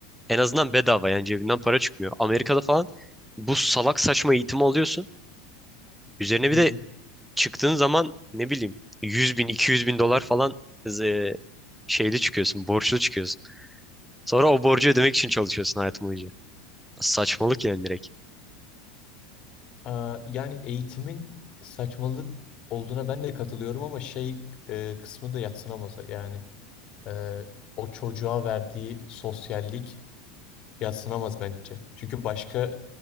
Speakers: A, in the centre; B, on the left.
A: En azından bedava yani cebinden para çıkmıyor. Amerika'da falan bu salak saçma eğitimi alıyorsun. Üzerine
B: Hı
A: bir de
B: hı.
A: çıktığın zaman ne bileyim 100 bin 200 bin dolar falan e, şeyli çıkıyorsun borçlu çıkıyorsun. Sonra o borcu ödemek için çalışıyorsun hayatım boyunca. Saçmalık yani direkt.
B: Aa, yani eğitimin saçmalık olduğuna ben de katılıyorum ama şey e, kısmı da yadsınamaz. Yani e, o çocuğa verdiği sosyallik yadsınamaz bence. Çünkü başka